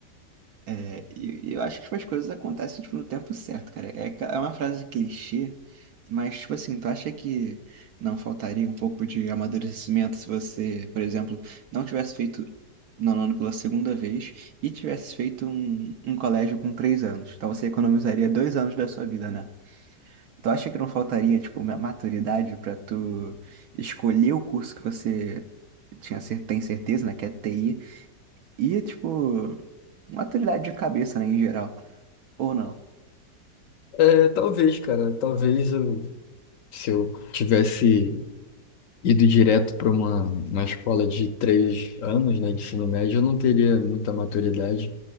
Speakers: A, on the right; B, on the left.
A: É, e e eu acho que tipo, as coisas acontecem tipo, no tempo certo, cara. É, ca- é uma frase clichê, mas, tipo assim, tu acha que não faltaria um pouco de amadurecimento se você, por exemplo, não tivesse feito nono ano pela segunda vez e tivesse feito um, um colégio com três anos? Então você economizaria dois anos da sua vida, né? Tu acha que não faltaria, tipo, uma maturidade pra tu escolher o curso que você tinha, cer- tem certeza, né? Que é TI e, tipo, maturidade de cabeça, né, em geral. Ou não.
B: É, talvez, cara, talvez eu, se eu tivesse ido direto para uma, uma escola de três anos, né, de ensino médio, eu não teria muita maturidade,